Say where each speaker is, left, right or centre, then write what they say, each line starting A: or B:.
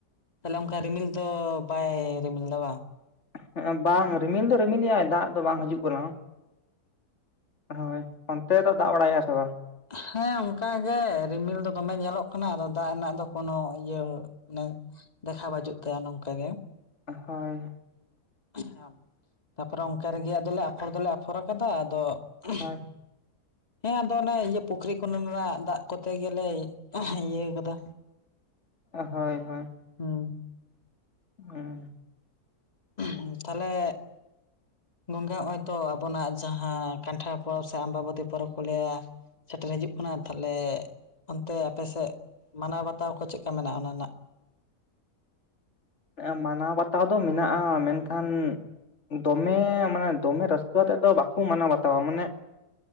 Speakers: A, on the left; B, on the left.
A: ᱛᱟᱦᱚᱞᱮ ᱚᱱᱠᱟ ᱨᱤᱢᱤᱞ ᱫᱚ ᱵᱟᱭ ᱨᱤᱢᱤᱞ ᱮᱫᱟ ᱵᱟᱝ
B: ᱦᱮᱸ ᱮ ᱵᱟᱝ ᱨᱤᱢᱤᱞ ᱫᱚ ᱨᱤᱢᱤᱞᱮᱟᱭ ᱫᱟᱜ ᱫᱚ ᱵᱟᱝ ᱦᱤᱡᱩᱜ ᱠᱟᱱᱟ ᱦᱳᱭ ᱚᱱᱛᱮ ᱫᱚ ᱫᱟᱜ ᱵᱟᱲᱟᱭᱟ ᱥᱮ ᱵᱟᱝ?
A: ᱦᱮᱸ ᱚᱱᱠᱟᱜᱮ ᱨᱤᱢᱤᱞ ᱫᱚ ᱫᱚᱢᱮ ᱧᱮᱞᱚᱜ ᱠᱟᱱᱟ ᱟᱫᱚ ᱫᱟᱜ ᱨᱮᱱᱟᱜ ᱫᱚ ᱠᱳᱚᱱᱚ ᱤᱭᱟᱹ ᱢᱟᱱᱮ ᱫᱮᱠᱷᱟᱣ ᱵᱟᱡᱩᱜ ᱛᱟᱭᱟ ᱱᱚᱝᱠᱟ ᱜᱮ
B: ᱦᱳᱭ
A: ᱩᱸᱦᱩ ᱛᱟᱨᱯᱚᱨᱮ ᱚᱱᱠᱟ ᱨᱮᱜᱮ ᱟᱫᱚᱞᱮ ᱟᱯᱷᱚᱨ ᱫᱚᱞᱮ ᱟᱯᱷᱚᱨ ᱟᱠᱟᱫᱟ ᱟᱫᱚ ᱩᱸᱦᱩ
B: ᱦᱳᱭ
A: ᱦᱮᱸ ᱟᱫᱚ ᱚᱱᱮ ᱤᱭᱟᱹ ᱯᱩᱠᱷᱨᱤ ᱠᱚ ᱨᱮᱱᱟᱜ ᱫᱟᱜ ᱠᱚᱛᱮ ᱜᱮᱞᱮ ᱮᱻ ᱦᱮᱸ ᱤᱭᱟᱹ ᱠᱟᱫᱟ
B: ᱦᱳᱭ ᱦᱳᱭ
A: ᱦᱮᱸ
B: ᱦᱮᱸ
A: ᱦᱩᱸ ᱛᱟᱦᱚᱞᱮ ᱜᱚᱝᱠᱮ ᱦᱚᱸᱜᱼᱚᱭ ᱛᱚ ᱟᱵᱚᱱᱟᱜ ᱡᱟᱦᱟᱸ ᱠᱟᱱᱴᱷᱟᱲ ᱯᱚᱨᱚᱵᱽ ᱥᱮ ᱟᱢᱵᱟᱵᱚᱛᱤ ᱯᱚᱨᱚᱵᱽ ᱠᱚ ᱞᱟᱹᱭᱟ ᱥᱮᱴᱮᱨ ᱦᱤᱡᱩᱜ ᱠᱟᱱᱟ ᱛᱟᱦᱚᱞᱮ ᱚᱱᱛᱮ ᱟᱯ ᱥᱮᱫ ᱢᱟᱱᱟᱣ ᱵᱟᱛᱟᱣ ᱠᱚ ᱪᱮᱫ ᱞᱮᱠᱟ ᱢᱮᱱᱟᱜᱼᱟ ᱚᱱᱟ ᱱᱟᱜ
B: ᱮ ᱢᱟᱱᱟᱣ ᱵᱟᱛᱟᱣ ᱫᱚ ᱢᱮᱱᱟᱜᱼᱟ ᱢᱮᱱᱠᱷᱟᱱ ᱫᱚᱢᱮ ᱢᱟᱱᱮ ᱫᱚᱢᱮ ᱨᱟᱹᱥᱠᱟᱹ ᱟᱛᱮᱫ ᱫᱚ ᱵᱟᱠᱚ ᱢᱟᱱᱟᱣ ᱵᱟᱛᱟᱣᱟ ᱢᱟᱱᱮ